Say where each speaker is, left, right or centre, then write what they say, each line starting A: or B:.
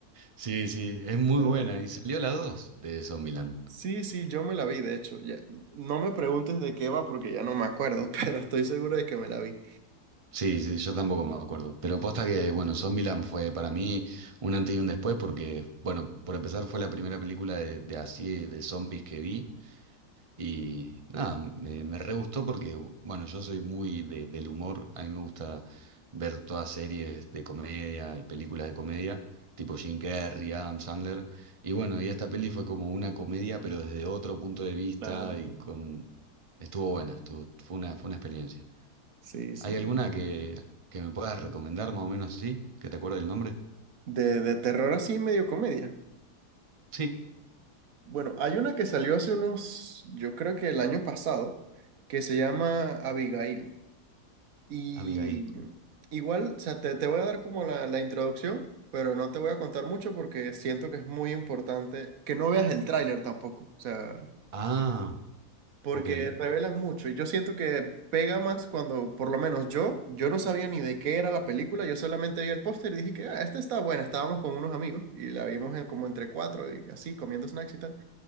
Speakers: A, on the right; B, on the right.
A: Sí, sí, es muy
B: Ay.
A: buena. Y salió la 2 de Zombieland.
B: Sí, sí, yo me la vi, de hecho. ya- no me preguntes de qué va porque ya no me acuerdo, <laughs> pero estoy seguro de que me la vi.
A: Sí, sí, yo tampoco me acuerdo. Pero posta que, bueno, Zombieland fue para mí un antes y un después porque, bueno, por empezar fue la primera película de, de así, de zombies que vi. Y nada, me, me re gustó porque, bueno, yo soy muy de- del humor. A mí me gusta ver todas series de comedia y películas de comedia, tipo Jim Carrey, Adam Sandler. Y bueno, y esta peli fue como una comedia, pero desde otro punto de vista
B: Claro, claro.
A: y con... Estuvo buena, estuvo, fue una, fue una experiencia.
B: Sí, sí.
A: ¿Hay alguna que, que me puedas recomendar más o menos así? ¿Que te acuerdes el nombre?
B: De, de terror así, medio comedia.
A: Sí,
B: Bueno, hay una que salió hace unos, yo creo que el año pasado, que se llama Abigail. Y
A: Abigail.
B: igual, o sea, te, te voy a dar como la, la introducción, pero no te voy a contar mucho porque siento que es muy importante que no veas el tráiler tampoco, o sea,
A: Ah,
B: porque
A: ok,
B: revelan mucho y yo siento que pega más cuando, por lo menos yo, yo no sabía ni de qué era la película, yo solamente vi el póster y dije que, ah, esta está buena, estábamos con unos amigos y la vimos en- como entre cuatro y así, comiendo snacks y tal.